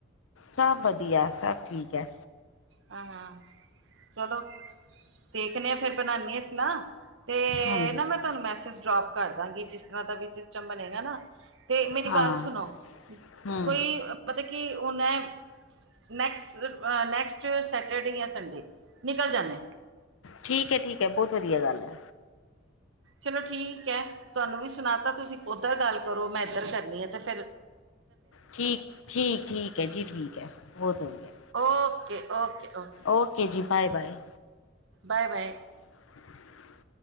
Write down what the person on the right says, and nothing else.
ਆ, ਹਾਂ। ਚਲੋ ਦੇਖਨੇ ਆ। ਫੇਰ ਬਨਾਨੇ ਆ ਸਲਾ। ਤੇ
ਨਾ ਮੈਂ ਤੁਆਨੂੰ ਮੈਸੇਜ ਡਰੋਪ ਕਰ ਦਾਂਗੀ ਜਿਸ ਤਰਾਂ ਦਾ ਵੀ ਸਿਸਟਮ ਬਣੇਗਾ ਨਾ। ਤੇ ਮੇਰੀ
ਗੱਲ ਸੁਨੋ
ਕੋਈ ਮਤਲਬ ਕਿ ਹੁਣ ਐ ਨੈਕਸ ਅ ਨੈਕਸਟ ਸੈਟਰਡੇ ਯਾਂ ਸੰਡੇ ਨਿਕਲ ਜਾਂਨੈ।
ਚਲੋ ਠੀਕ ਐ ਤੁਆਨੂੰ ਵੀ ਸੁਣਾ ਤਾ ਤੁਸੀ ਓਧਰ ਗੱਲ ਕਰੋ ਮੈਂ ਐਧਰ ਕਰਨੀ ਆ ਤੇ ਫੇਰ
Okay, okay, okay.
ਬਾਏ-ਬਾਏ।